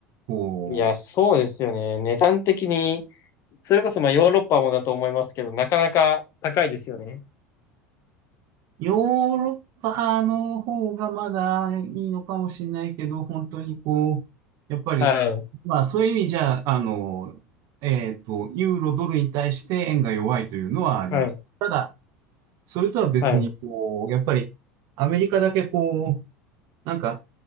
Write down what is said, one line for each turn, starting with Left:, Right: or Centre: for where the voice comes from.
Right: こう、
Left: いや、そうですよね。値段的に、それこそまあヨーロッパもだと思いますけど、なかなか高いですよね。
Right: ヨーロッパの方がまだいいのかもしれないけど、本当にこう、やっぱり、
Left: はい。
Right: まあそういう意味じゃ、あの、えっと、ユーロドルに対して円が弱いというのはあります。
Left: はい。
Right: ただ、それとは別に、
Left: はい。
Right: こう、やっぱりアメリカだけこう、なんか、